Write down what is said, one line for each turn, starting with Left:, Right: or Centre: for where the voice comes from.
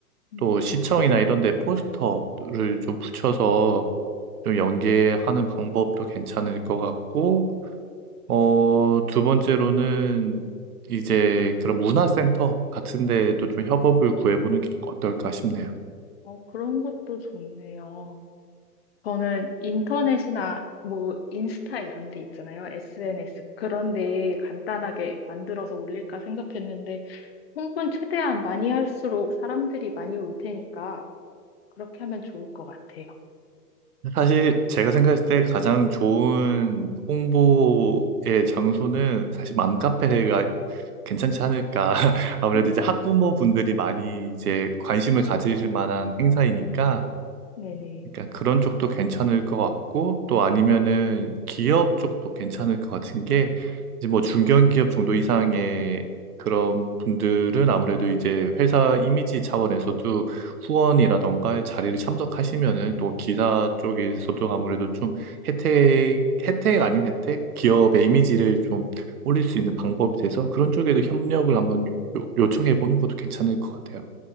Left: 음,
Right: 또 시청이나 이런 데 포스터를 좀 붙여서 좀 연계하는 방법도 괜찮을 것 같고, 어, 두 번째로는 이제 그런 문화센터 같은 데에도 좀 협업을 구해보는 게 어떨까 싶네요.
Left: 어, 그런 것도 좋네요. 저는 인터넷이나 뭐 인스타 이런 데 있잖아요. SNS. 그런 데 간단하게 만들어서 올릴까 생각했는데 홍보는 최대한 많이 할수록 사람들이 많이 올 테니까 그렇게 하면 좋을 것 같아요.
Right: 사실 제가 생각했을 때 가장 좋은 홍보의 장소는 사실 맘카페가 괜찮지 않을까. <laughs> 아무래도
Left: 음,
Right: 이제 학부모분들이 많이 이제 관심을 가지실 만한 행사이니까
Left: 네네.
Right: 그러니까 그런 쪽도 괜찮을 것 같고 또 아니면은 기업 쪽도 괜찮을 것 같은 게 이제 뭐 중견기업 정도 이상의 그런 분들은 아무래도 이제 회사 이미지 차원에서도 후원이라던가 자리를 참석하시면은 또 기사 쪽에서도 아무래도 좀 혜택, 혜택 아닌 혜택? 기업의 이미지를 좀 올릴 수 있는 방법이 돼서 그런 쪽에도 협력을 한번 요, 요청해 보는 것도 괜찮을 것 같아요.